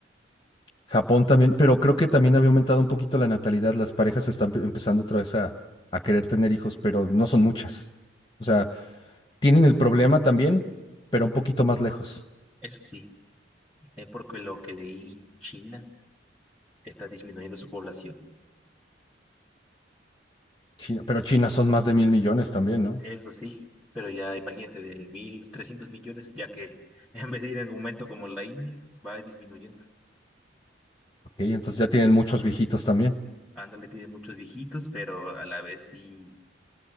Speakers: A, on the left; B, in the centre.
A: Japón también, pero creo que también había aumentado un poquito la natalidad. Las parejas están pe- empezando otra vez a, a querer tener hijos, pero no son muchas. O sea, Tienen el problema también, pero un poquito más lejos.
B: Eso sí, es porque lo que leí, China está disminuyendo su población
A: China- pero China son más de mil millones también, ¿no?
B: Eso sí, pero ya imagínate, de 1.300 millones, ya que <laughs> en vez de ir en aumento como la India, va disminuyendo.
A: Ok, entonces ya tienen muchos viejitos también.
B: Ándale tiene muchos viejitos, pero a la vez sí,